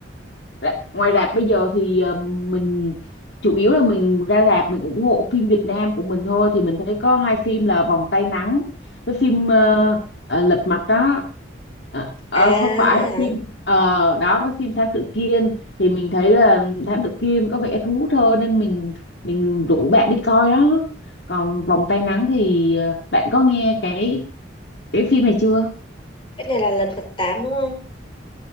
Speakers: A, on the left (about 60°); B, on the left (about 25°).
A: Rạ- ngoài rạp bây giờ thì ờ, mình chủ yếu là mình ra rạp mình ủng hộ phim Việt Nam của mình thôi thì mình thấy có hai phim là Vòng Tay Nắng với phim ờ, ờ, Lật Mặt đó Ờ,
B: À,
A: ờ, không phải
B: vậy hả?
A: phim ờ, đó với phim Thám Tử Kiên thì mình thấy là Thám Tử Kiên có vẻ thú hơn nên mình mình rủ bạn đi coi đó còn Vòng Tay Nắng thì ờ, bạn có nghe cái cái phim này chưa
B: Cái này là lần mặt 8 đúng không?